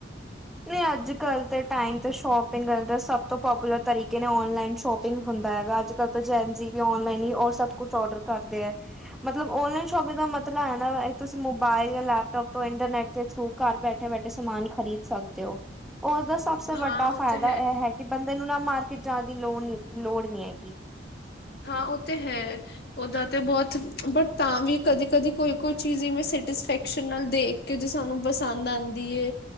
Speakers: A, in the centre; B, on the left.
A: ਨੀ ਅੱਜ-ਕੱਲ ਤੇ ਟਾਈਮ ਤੇ ਸ਼ੋਪਿੰਗ ਸਭ ਤੋਂ ਪਾਪੂਲਰ ਤਰੀਕੇ ਨੇ, ਔਨਲਾਈਨ ਸ਼ੋਪਿੰਗ ਹੁੰਦਾ ਹੈਗਾ ਅੱਜ ਕੱਲ ਤੋਂ ਜੈਨ ਜੀ ਵੀ ਔਨਲਾਈਨ ਹੀ ਓ ਸਭ ਕੁੱਛ ਔਡਰ ਕਰਦੇ ਐ। ਮਤਲਬ ਔਨਲਾਈਨ ਸ਼ੋਪਿੰਗ ਦਾ ਮਤਲਬ ਐ ਨਾ, ਤੁਸੀਂ ਮੋਬਾਇਲ ਜਾਂ ਲੈਪਟੋਪ ਤੋਂ ਇੰਟਰਨੈਟ ਦੇ ਥਰੂ ਘਰ ਬੈਠੇਂ -ਬੈਠੇਂ ਸਮਾਨ ਖਰੀਦ ਸਕਦੇ ੲੌ, ਉਸਦਾ ਸਭ ਸੇ
B: ਹਾਂ
A: ਵੱਡਾ
B: ਉਹ
A: ਫ਼ਾਇਦਾ
B: ਤੇ
A: ਇਹ ਹੈ ਕਿ ਬੰਦੇ ਨੂੰ ਨਾ ਮਾਰਕੀਟ ਜਾਣ ਦੀ ਲੋੜ ਨੀ, ਲੋੜ ਨੀ ਹੈਗੀ।
B: ਹਾਂ ਓ ਤੇ ਹੈ। ਉਹਦਾ ਤੇ ਬਹੁਤ ਬਟ ਤਾਂ ਵੀ ਕਦੀ-ਕਦੀ ਕੋਈ- ਕੋਈ ਚੀਜ਼ ਮੈਂ ਸੈਟਿਸਫੈਕਸ਼ਨ ਨਾਲ਼ ਦੇਖ਼ ਕੇ ਜੋ ਸਾਂਨੂੰ ਪਸੰਦ ਆਂਦੀ ਏ।